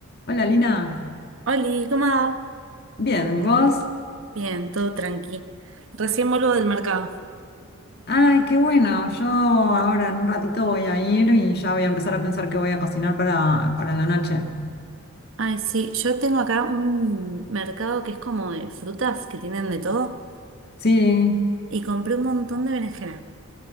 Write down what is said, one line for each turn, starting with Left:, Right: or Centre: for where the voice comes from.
Left: Hola Lina,
Right: Oli, ¿cómo va?
Left: bien, ¿y vos?
Right: Bien, todo tranqui. Recién vuelvo del mercado.
Left: Ay, qué bueno, yo ahora en un ratito voy a ir y ya voy a empezar a pensar qué voy a cocinar para, para la noche.
Right: Ay, sí, yo tengo acá un mercado que es como de frutas, que tienen de todo,
Left: Sí,
Right: y compré un montón de berenjena.